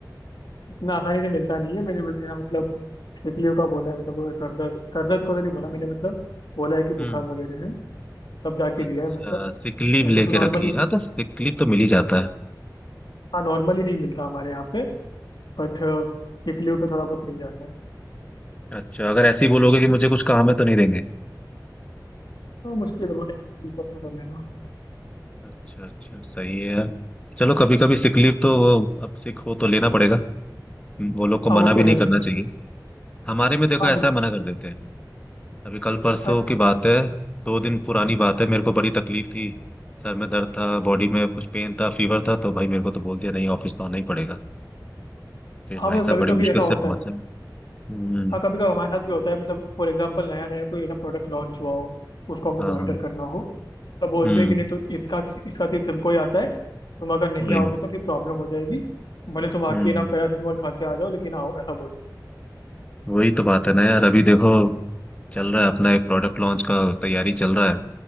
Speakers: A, on the left; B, on the left.
A: इतना आसानी से मिलता नहीं है मैंने बस- ना मतलब एकलियो का बोला है मतलब वो सर दर्द सर दर्द को तो नहीं बोला मैंने मतलब बोला है कि
B: हम्म
A: बुखार वगैरह है तब जाके
B: अच्छा
A: दिया है मतलब
B: सिक लीव
A: ऐसे
B: लेके
A: तो नॉर्मली
B: रखी है हाँ तो सिक लीव तो मिल ही जाता है
A: हाँ नॉर्मली नहीं मिलता हमारे यहाँ पे बट वीकली पे थोड़ा बहुत मिल जाता है
B: अच्छा अगर ऐसे ही बोलोगे कि मुझे कुछ काम है तो नहीं देंगे
A: तो मुश्किल है बोलेंगे दिक्कत में कर लेना
B: अच्छा अच्छा सही है यार चलो कभी कभी सिक लीव तो वो अब सिक हो तो लेना पड़ेगा वो लोग को
A: हाँ
B: मना
A: वो
B: भी
A: तो
B: नहीं
A: है बिल्कुल
B: करना चाहिए हमारे में देखो
A: हाँ
B: ऐसा
A: बिल्कुल
B: मना
A: मतलब
B: कर देते हैं अभी कल परसों
A: आज
B: की बात है दो दिन पुरानी बात है मेरे को बड़ी तकलीफ थी सर में दर्द था बॉडी में कुछ पेन था फीवर था तो भाई मेरे को तो बोल दिया नहीं ऑफिस तो आना ही पड़ेगा फिर
A: हाँ
B: भाई
A: मतलब
B: साहब
A: कभी
B: बड़ी
A: कभी
B: मुश्किल
A: ऐसा होता
B: से पहुंचे
A: है
B: हम्म
A: हाँ कभी कभी हमारे साथ भी होता है मतलब फॉर एग्जाम्पल नया नया कोई ना प्रोडक्ट लॉन्च हुआ हो उसको हमको
B: हाँ
A: मॉनिटर
B: हाँ
A: करना हो तब बोलते
B: हम्म
A: हैं कि नहीं तो इसका इसका चीज तुमको ही आता है तुम अगर नहीं
B: वही
A: आओगे तो फिर प्रॉब्लम हो जाएगी भले तुम आके
B: हम्म
A: ना पैरासीटामोल खा के आ जाओ लेकिन आओ ऐसा बोलते
B: वही तो बात है ना यार अभी देखो चल रहा है अपना एक प्रोडक्ट लॉन्च का तैयारी चल रहा है